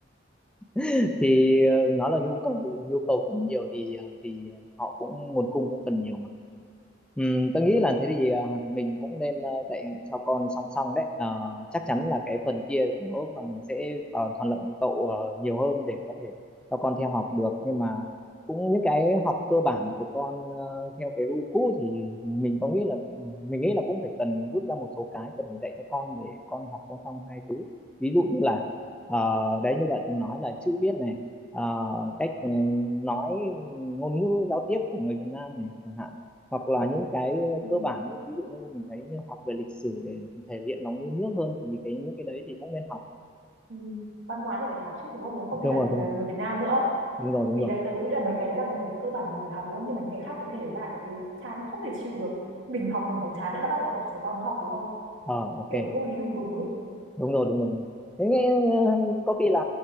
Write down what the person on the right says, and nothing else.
Ừ.
Ừ, văn hóa thì phải học chứ đúng không nếu không
thì làm
gì
là
người Việt Nam nữa
thì
đấy tớ cũng nghĩ là mấy cái đấy là mấy cái cơ bản mình phải học đúng không nhưng mà những cái khác có thể bạn có thấy chán không thể chịu được mình học mình còn chán nữa là bắt bọn trẻ con nó học đúng không
kiểu vô lý đùng đùng ấy